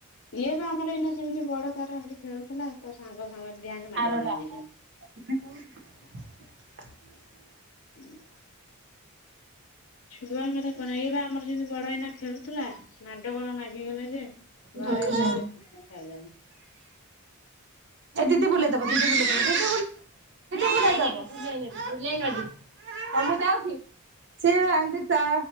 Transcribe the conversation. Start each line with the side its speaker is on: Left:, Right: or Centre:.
Left: ଇଏ ବା ଆମର ଏଇନା ସେମିତି ବଡ ତାର ସେଠି ଖେଳୁଥିଲା ତା ସାଙ୍ଗ ସାଙ୍ଗ ଡି ଆଙ୍ଗେ ମାଡ଼
Right: ଆରଟା।
Left: ଗୋଳ ଲାଗିଚନ୍ତି।
Right: <inaudible>
Left: ଉଁ। ଛୁଆଙ୍କର କଣ ଏ ଇ ବା ଆମର ଯେମିତି ବଡ ଏଇନା ଖେଳୁଥିଲା ମାଡ଼ଗୋଣ ନାଗିଗଲେ। ଯେ ଘରେ
Right: ରଖିଛନ୍ତି
Left: ଆସିକି କେତେ ମାଇଲା ଖାଇଲାନି।
Right: ଏ ଦିଦି ବୁଲେଇ ଦବ ଦିଦି। ବୁଲେଇ ଦବ ଦିଦି। ବୁଲେଇ ଦବ ଦିଦି। ବୁଲେଇ ଦବ। ହଁ ମୁଁ ଯାଉଛି ସେ ଏମିତ ତା